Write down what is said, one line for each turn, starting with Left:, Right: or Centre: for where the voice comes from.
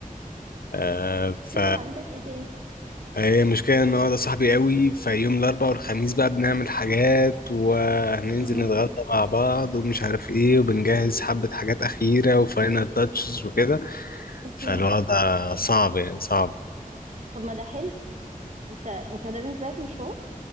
Left: آه
Right: اوكي
Left: ف
Right: عندك ايه تاني
Left: هي المشكله ان هو ده صاحبي قوي فيوم الاربعاء والخميس بقى بنعمل حاجات وهننزل
Right: امم
Left: نتغدى مع بعض ومش عارف ايه وبنجهز حبه حاجات اخيره وفاينل تاتشز وكده
Right: اوكي
Left: فالوضع صعب يعني صعب
Right: طب ما ده حلو انت انت ده بالنسبة لك مشوار